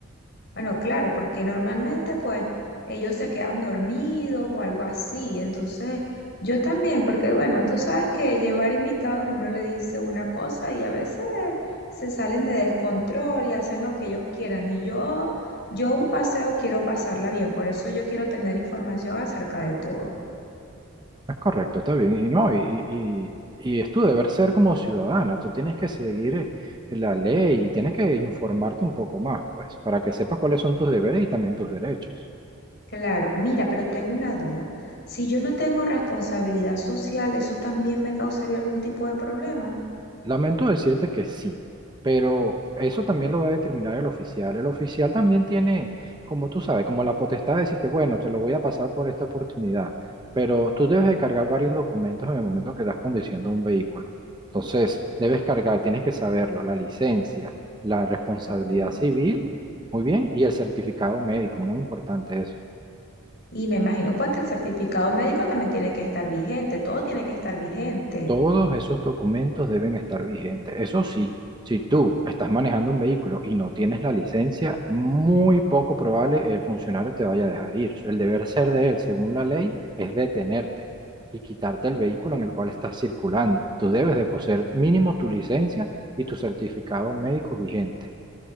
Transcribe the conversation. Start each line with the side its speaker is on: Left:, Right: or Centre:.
Left: Bueno, claro, porque normalmente pues ellos se quedan dormidos o algo así. Entonces, yo también, porque bueno, tú sabes que llevar invitados uno le dice una cosa y a veces se salen de descontrol y hacen lo que ellos quieran. Y yo, yo un paseo quiero pasarla bien, por eso yo quiero tener información acerca de todo.
Right: Es correcto, está bien. Y no, y, y, y- y es tu deber ser como ciudadana. Tú tienes que seguir eh, la ley y tienes que informarte un poco más, pues, para que sepas cuáles son tus deberes y también tus derechos.
Left: Claro, mira, pero tengo una duda. Si yo no tengo responsabilidad social, ¿eso también me causaría algún tipo de problema?
Right: Lamento decirte que sí, pero eso también lo va a determinar el oficial. El oficial también tiene, como tú sabes, como la potestad de decirte, bueno, te lo voy a pasar por esta oportunidad, pero tú debes de cargar varios documentos en el momento que estás conduciendo un vehículo. Entonces, debes cargar, tienes que saberlo, la licencia, la responsabilidad
Left: Ok.
Right: civil, muy bien, y el certificado médico, muy importante eso.
Left: Y me imagino pues que el certificado médico también tiene que estar vigente, todo tiene que estar vigente.
Right: Todos esos documentos deben estar vigentes. Eso sí, si tú estás manejando un vehículo y no tienes la licencia, muy poco probable el funcionario te vaya a dejar ir. El deber ser de él, según la ley, es detenerte y quitarte el vehículo en el cual estás circulando. Tú debes de poseer mínimo tu licencia y tu certificado médico vigente.